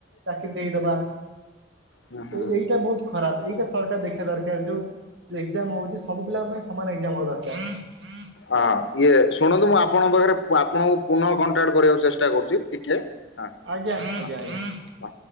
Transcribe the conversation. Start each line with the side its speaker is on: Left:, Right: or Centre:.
Right: ଚାକିରି ଦେଇଦବା।
Left: ହଁ, ହଁ।
Right: ଏ ଏଇଟା ବହୁତ ଖରାପ ଏଇଟା ସରକାର ଦେଖିବା ଦରକାର ଯୋଉ ଏକ୍ଜାମ୍ ହଉଛି ସବୁ ପିଲା ଆମେ ସମାନ ଏକ୍ଜାମ୍ ହବା ଦରକାର।
Left: ହଁ ଇଏ ଶୁଣନ୍ତୁ ମୁଁ ଆପଣଙ୍କ ପାଖରେ ଆପଣଙ୍କୁ ପୁନଃ କଣ୍ଟାକ୍ଟ କରିବାକୁ ଚେଷ୍ଟା କରୁଛି ଟିକେ। ହଁ
Right: ଆଜ୍ଞା, ଆଜ୍ଞା,
Left: ହଁ
Right: ଆଜ୍ଞା।
Left: ହଁ।